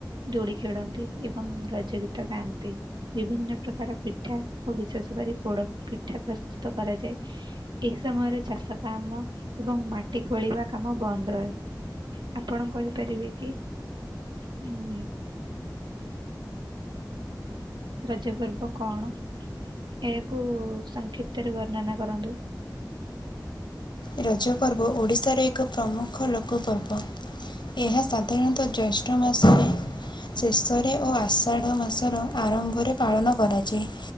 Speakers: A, on the right; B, on the left.
A: ଦୋଳି ଖେଳନ୍ତି, ଏବଂ ରଜ- ଗୀତ ଗାଆନ୍ତି ବିଭିନ୍ନ ପ୍ରକାର ପିଠା, ଓ ବିଶେଷ କରି ପୋଡ ପିଠା ପ୍ରସ୍ତୁତ କରାଯାଏ। ଏ ସମୟରେ ଚାଷ କାମ, ଏବଂ ମାଟି ଖୋଳିବା- କାମ ବନ୍ଦ ରହେ, ଆପଣ କହିପାରିବେ କି? ହୁଁ। ରଜ ପର୍ବ କଣ? ଏହାକୁ ସଂକ୍ଷିପ୍ତରେ ବର୍ଣ୍ଣନା କରନ୍ତୁ?
B: ରଜ ପର୍ବ ଓଡ଼ିଶାର ଏକ ପ୍ରମୁଖ ଲୋକ ପର୍ବ। ଏହା ସାଧାରଣତଃ ଜେଷ୍ଠ ମାସରେ ଶେଷରେ ଓ ଆଷାଢ ମାସର ଆରମ୍ଭରେ ପାଳନ କରାଯାଏ।